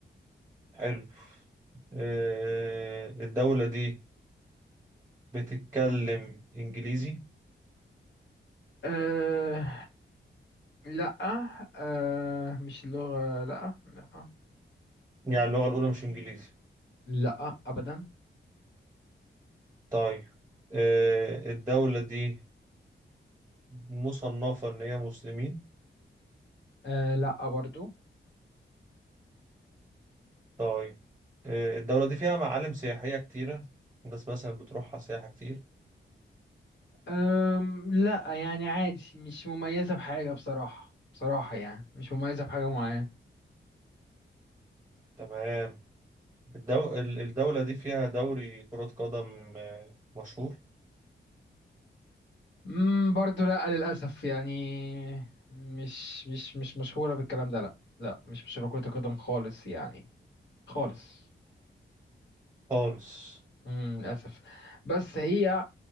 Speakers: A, on the right; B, on the left.
A: حلو آه، الدولة دي بتتكلم إنجليزي
B: أه لأ أه مش اللغة لأ لأ
A: يعني اللغة الأولى مش إنجليزي
B: لأ أبدا
A: طيب آه، الدولة دي مصنفة إن هي مسلمين
B: أه لأ برضو
A: طيب آه، الدولة دي فيها معالم سياحية كتيرة الناس مثلا بتروحها سياحة كتير
B: أم لأ يعني عادي مش مميزة بحاجة بصراحة بصراحة يعني مش مميزة بحاجة معينة
A: تمام الدو... ال- الدولة دي فيها دوري كرة قدم آه، مشهور
B: امم برضه لا للاسف يعني مش مش مش مشهوره بالكلام ده لا لا مش مشهوره كره القدم خالص يعني خالص
A: خالص
B: امم للاسف بس هي